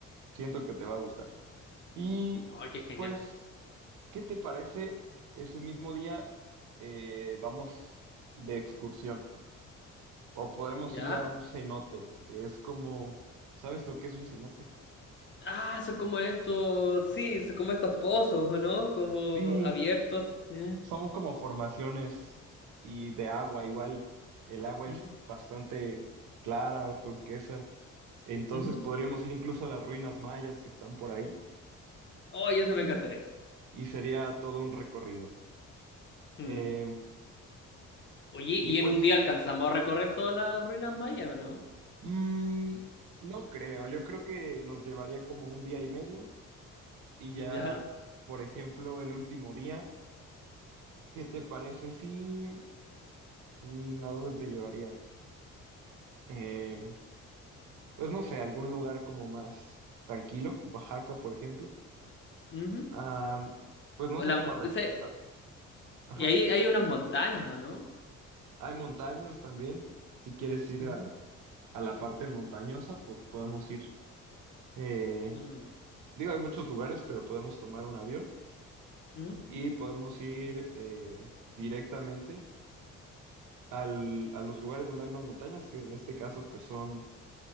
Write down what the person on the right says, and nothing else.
Siento que te va a gustar. Y
pues, ¿qué te parece? Ese mismo día eh, vamos de excursión o podemos
ir a un cenote, que es como, ¿sabes lo que es un cenote?
Sí,
son como formaciones y de agua, igual el agua
es bastante clara, turquesa, entonces
podríamos ir incluso a las ruinas mayas que están por ahí
y,
y sería todo un recorrido.
Em,
y pues
Mm, no creo, yo creo que nos llevaría como un día y medio y ya,
por ejemplo, el último día, ¿qué te parece si mm, a dónde te llevaría? Eh, pues no sé, algún lugar como más tranquilo, Oaxaca, por ejemplo.
Ah, pues no
sé
cómo recordar.
Ajá.
Hay montañas también, si quieres ir
a, a la parte montañosa, pues podemos ir. Eh,
digo, hay muchos lugares, pero podemos tomar un avión.
y podemos ir eh, directamente al- a los lugares donde hay más montañas, que en este caso pues son